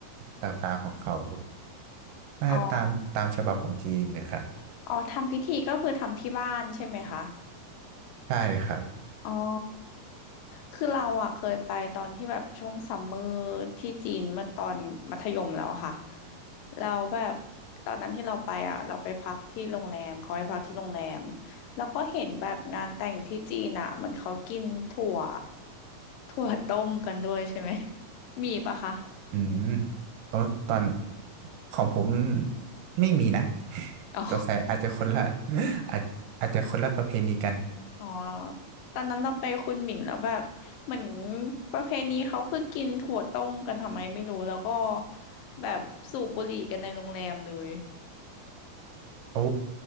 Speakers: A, on the right; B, on the left.
A: ต่างๆของเขาน่าจะตามตามฉบับของจีนนะครับ
B: อ๋ออ๋อทำพิธีก็คือทำที่บ้านใช่ไหมคะ
A: ใช่ครับ
B: อ๋อคือเราอะเคยไปตอนที่แบบช่วงซัมเมอร์ที่จีนเมื่อตอนมัธยมแล้วอะค่ะเราแบบตอนนั้นที่เราไปอะเราไปพักที่โรงแรมเขาไปพักที่โรงแรมแล้วก็เห็นแบบงานแต่งที่จีนอะเหมันเขากินถั่ว ถั่วต้มกันด้วยใช่ไหมมีปะคะ
A: อืมโอ้ตอนของผมไม่มีนะ <laughs>
B: อ๋อ
A: สงสัยอาจจะคนละ <laughs> อาจอาจจะคนละประเพณีกัน
B: อ๋อตอนนั้นเราไปคุณหมิงแล้วแบบเหมือนประเพณีเขาคือกินถั่วต้มกันทำไมไม่รู้แล้วก็แบบสูบบุหรี่กันในโรงแรมเลย
A: โอ้